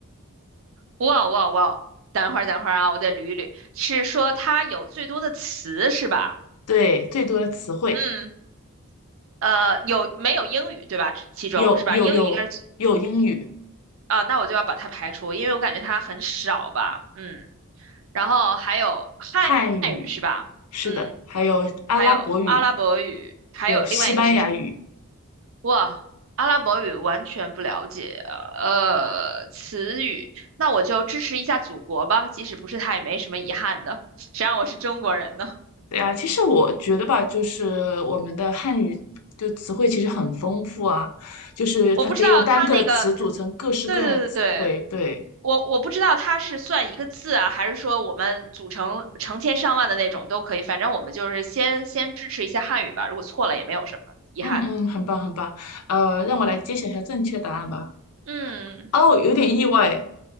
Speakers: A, on the right; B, on the left.
A: 哇哇哇！等会儿等会儿啊，我得捋一捋，是说它有最多的词是吧？
B: 对，最多的词汇
A: 嗯，呃，有没有英语对吧？其中是吧？
B: 有有有有英语、
A: 英语应该是啊，那我就要把它排除，因为我感觉它很少吧。嗯，然后还有汉语是吧？
B: 汉语，是的，
A: 嗯，
B: 还有阿拉伯语，
A: 还有阿拉伯语，还有另外一个是什么？
B: 还有西班牙语。
A: 哇，阿拉伯语完全不了解，呃，词语，那我就支持一下祖国吧，即使不是他也没什么遗憾的，谁让我是中国人呢？
B: 对啊，其实我觉得吧，就是我们的汉语就词汇其实很丰富啊，就是它可以用单个的词组成各式各样的词汇。
A: 我不知道它那个，它对对对对，
B: 对，
A: 我我不知道它是算一个字啊，还是说我们组成成千上万的那种都可以，反正我们就是先先支持一下汉语吧，如果错了也没有什么遗憾的。
B: 嗯嗯，很棒很棒。呃，让我来揭晓一下正确答案吧。
A: 嗯嗯，
B: 哦，有点意外诶